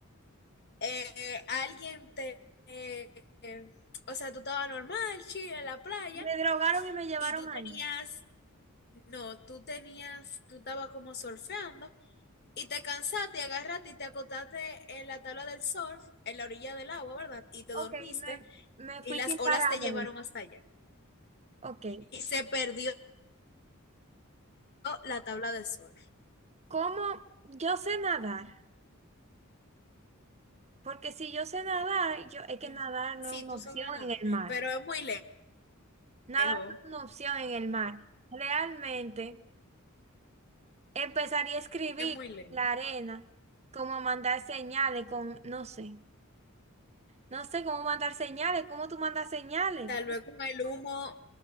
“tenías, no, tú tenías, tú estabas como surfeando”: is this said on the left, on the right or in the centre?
Left